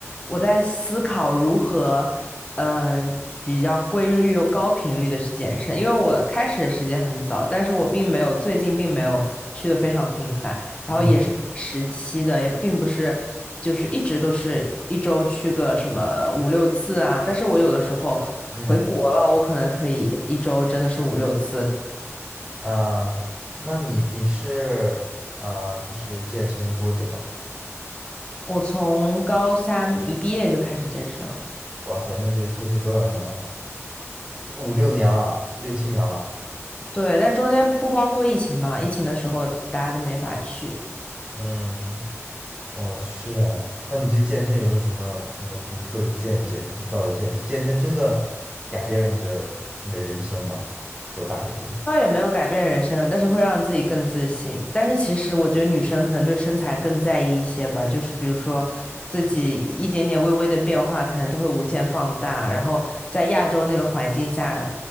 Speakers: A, on the left (about 20°); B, on the right (about 20°).
A: 我在思考如何嗯比较规律又高频率的去健身，因为我开始的时间很早，但是我并没有最近并没有去的非常频繁，然后也是看时期的，
B: 嗯
A: 也并不是就是一直都是一周去个什么五六次啊，但是我有的时候回国了，
B: 嗯
A: 我可能可以一周真的是五六次。
B: 啊，那你你是呃，就是健身多久了？
A: 我从高三一毕业就开始健身了。
B: 哇塞，那就这是多少年了？五六年了，六七年了，
A: 对，但中间不包括疫情嘛，疫情的时候大家都没法去。
B: 嗯。哦，是哎，那你对健身有没有什么什么独特的见解、独到的见解？健身真的改变了你的你的人生吗？说大一点，
A: 倒也没有改变人生，但是会让自己更自信。但是其实我觉得女生可能对身材更在意一些吧，就是比如说自己一点点微微的变化，可能都会无限放大。然后在亚洲那个环境下，